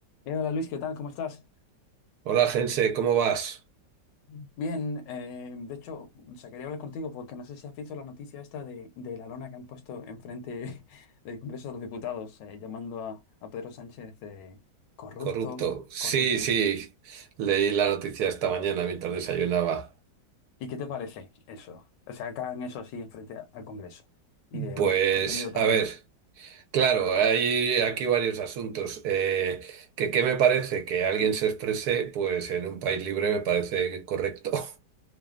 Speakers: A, on the left; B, on the right.
A: Eh, hola Luis, ¿qué tal? ¿Cómo estás?
B: Hola, Gense, ¿cómo vas?
A: Bien, eh, de hecho, o sea, quería hablar contigo porque no sé si has visto la noticia esta de, de la lona que han puesto enfrente <laughs> del Congreso de los Diputados, eh, llamando a, a Pedro Sánchez de corrupto,
B: Corrupto. Sí,
A: corrúptalo.
B: sí, leí la noticia esta mañana mientras desayunaba.
A: ¿Y qué te parece eso? O sea, que hagan eso así enfrente a- al Congreso y del
B: Pues,
A: el contenido también.
B: a ver, claro, hay aquí varios asuntos. Eh, que, ¿qué me parece? Que alguien
A: Sí.
B: se exprese, pues en un país libre me parece correcto. <laughs>